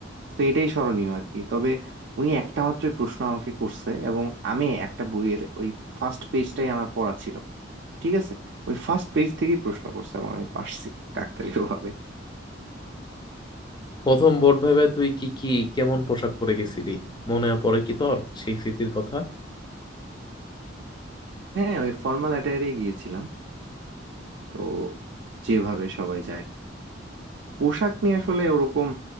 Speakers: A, on the right; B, on the left.
A: তো এটাই স্মরণীয় আর কি তবে উনি একটা মাত্র প্রশ্ন আমাকে করছে এবং আমি একটা বইয়ের ওই ফার্স্ট পেজটাই আমার পড়া ছিল ঠিক আছে ওই ফার্স্ট পেজ থেকেই প্রশ্ন করছে এবং আমি পারছি কাকতালীয় ভাবে
B: প্রথম বোর্ড ভাইবায় তুই কি কি কেমন পোশাক পরে গেছিলি মনে পড়ে কি তোর সেই স্মৃতির কথা
A: হ্যাঁ ওই ফর্মাল অ্যাটায়ারে গিয়েছিলাম তো যেভাবে সবাই যায় পোশাক নিয়ে আসলে ওরকম